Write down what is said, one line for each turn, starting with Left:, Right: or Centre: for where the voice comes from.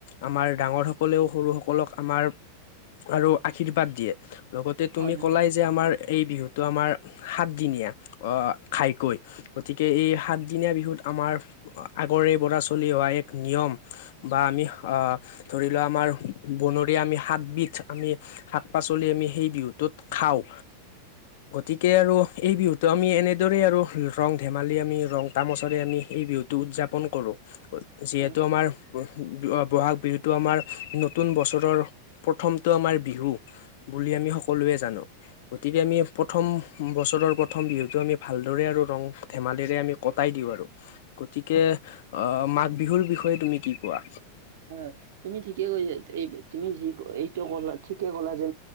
Left: আমাৰ ডাঙৰ সকলেও সৰু সকলক আমাৰ আৰু আশীৰ্বাদ দিয়ে লগতে তুমি
Right: হয় হয় হয় হয় হয় হয়
Left: ক'লাই যে আমাৰ এই বিহুত তো আমাৰ সাতদিনীয়া খাইকৈ, গতিকে এই সাতদিনীয়া বিহুত আমাৰ আগৰে পৰা চলি অহা এক নিয়ম বা আমি আহ ধৰি লোৱা আমাৰ বনৰীয়া আমি সাতবিধ আমি শাক পাচলি আমি সেই বিহুটোত খাওঁ, গতিকে আৰু এই বিহুটো আমি এনে এইদৰে আৰু ৰং ধেমালি আমি ৰং তামচৰে আমি এই বিহুতটো উদযাপন কৰো। যিহেতু
Right: হয় হয়
Left: আমাৰ বহাগ বিহুটো আমাৰ নতুন বছৰৰ প্ৰথমটো আমাৰ বিহু। বুলি আমি সকলোৱে জানো গতিকে আমি প্ৰথম বছৰৰ প্ৰথম বিহুতটো আমি ভাল লৰে আৰু ৰমো ধেমালিৰে আমি কটাই দিও আৰু, গতিকেই
Right: হয়
Left: মাঘ বিহুত বিষয়ে তুমি কি কোৱা?
Right: হয়, তুমি ঠিকে কৈছা এই তুমি যি এইটো কলা ঠিকে কলা যে